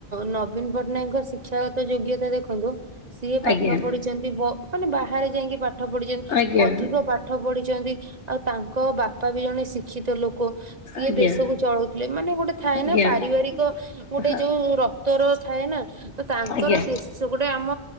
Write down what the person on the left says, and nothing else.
ଆଜ୍ଞା
ଆଜ୍ଞା
ଆଜ୍ଞା
ଆଜ୍ଞା
ହଁ
ଆଜ୍ଞା